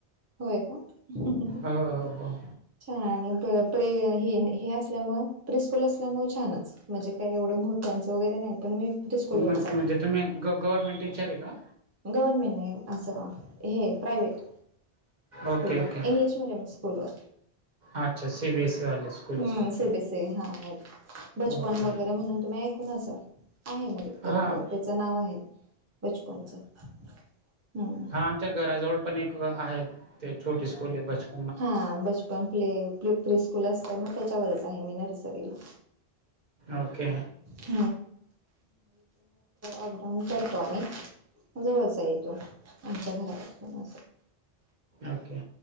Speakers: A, on the right; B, on the right.
A: होय का <unintelligible>
B: हो हो हो
A: छान आणि प्रे हे असल्यामुळे प्रीस्कूल असल्यामुळे छानच. म्हणजे काय एवढं भुताच वगैरे नाही पण मी. प्रिस्कूलवर
B: मग
A: जाते.
B: म्हणजे तुम्ही ग गव्हर्नमेंट टीचर आहे का.
A: गव्हर्नमेंट नाही असं. हे प्रायव्हेट स्कूलवर
B: ओके ओके
A: इंग्लिश मिडियम स्कूलवर.
B: अच्छा सी बी एसी वाले स्कूल.
A: हम्म
B: असतात
A: सीबीएससी
B: ते
A: हा बचपन
B: ओके
A: वगैरे म्हणून तुम्ही ऐकून असाल आहे मजे तेव्हा
B: हां
A: त्याच नाव आहे बचपनच. हम्म
B: हा आमच्या घराजवळ पण एक आहे ते छोटे स्कूल बचप
A: हा बचपन प्ले प्री स्कूल असतं मग त्याच्यावरच आहे मी नर्सरीला.
B: ओके.
A: <unintelligible> अपडाऊन कर स्ॉमी जवच आहे इथून आमच्या घरापासून.
B: ओके.